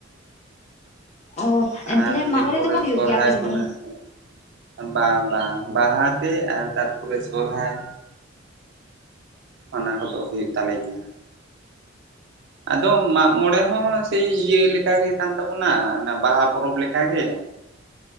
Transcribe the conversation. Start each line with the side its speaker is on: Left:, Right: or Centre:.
Left: ᱚ ᱛᱟᱦᱚᱞᱮ
Right: ᱟᱨ
Left: ᱢᱟᱜ
Right: ᱮᱨᱯᱚᱨᱮ
Left: ᱢᱚᱬᱮ ᱫᱚ ᱵᱟᱝ ᱦᱩᱭᱩᱜ
Right: ᱥᱚᱨᱦᱟᱭ
Left: ᱜᱮᱭᱟ ᱟᱯᱮ ᱥᱮᱫ
Right: ᱠᱚ
Left: ᱫᱚ
Right: ᱢᱮᱱᱟᱜ-ᱟ᱾ ᱵᱟᱝ ᱵᱟᱝ ᱵᱟᱦᱟ ᱛᱮ ᱟᱨ ᱛᱟᱨᱯᱚᱨᱮ ᱥᱚᱨᱦᱟᱭ᱾ ᱚᱱᱟ ᱠᱚᱫᱚ ᱦᱩᱭᱩᱜ ᱛᱟᱞᱮ ᱜᱮᱭᱟ᱾ ᱟᱫᱚ ᱢᱟᱜᱽ ᱢᱚᱬᱮ ᱦᱚᱸ ᱥᱮᱭ ᱤᱭᱟᱹ ᱞᱮᱠᱟ ᱜᱮ ᱠᱟᱱ ᱛᱟᱵᱚᱱᱟ, ᱚᱱᱟ ᱵᱟᱦᱟ ᱯᱚᱨᱚᱵᱽ ᱞᱮᱠᱟ ᱜᱮ᱾